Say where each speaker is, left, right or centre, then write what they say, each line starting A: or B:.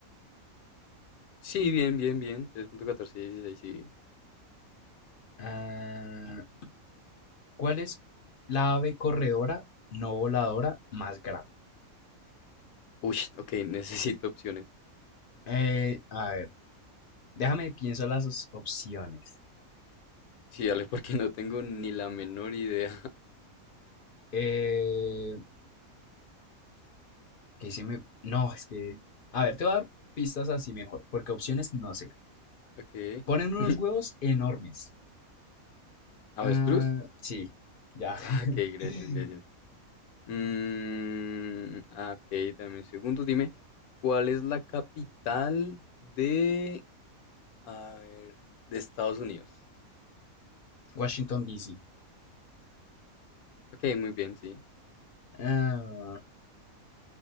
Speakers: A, on the left; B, on the left.
A: Sí, bien, bien, bien. tres punto catorce dieciséis, sí.
B: Ah, ¿Cuál es la ave corredora no voladora más grande?
A: Uy, ok, <laughs> necesito opciones.
B: Eh, a ver, déjame pienso las os- opciones.
A: Sí, dale, porque no tengo ni la menor idea. <laughs>
B: Eh, que si me... No, es que... A ver, te voy a dar pistas así mejor, porque opciones no sé.
A: Ok.
B: Ponen unos
A: <laughs>
B: huevos enormes.
A: ¿Avestruz?
B: Ah, sí, ya.
A: Ah, ok, gracias,
B: <laughs>
A: gracias. Mm, ah, ok, dame un segundo. Dime, ¿cuál es la capital de... A ver, de Estados Unidos?
B: Washington, D.C.
A: Ok, muy bien, sí.
B: Ah,